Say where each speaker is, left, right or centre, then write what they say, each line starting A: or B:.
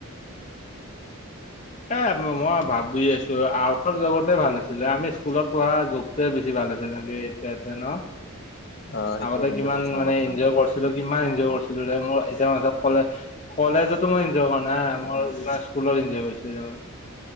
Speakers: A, on the left; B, on the left.
A: এ মই ভাবি আছো আগৰ যুগতেই ভাল আছিলে আমি স্কুলত পঢ়া যুগতোৱে বেছি ভাল মানে যেনেকে এতিয়াতে ন,
B: আহ সেইটো
A: আগতে
B: কিন্তু
A: কিমান
B: সঁচা
A: মানে
B: কথা
A: ইনজয় কৰিছিলো এমান এনজয় কৰিছিলো যে মোৰ এতিয়া মানে কলে কলেজতো মই এনজয় কৰা নাই মোৰ যিমান স্কুলত ত এনজয় কৰিছিলো।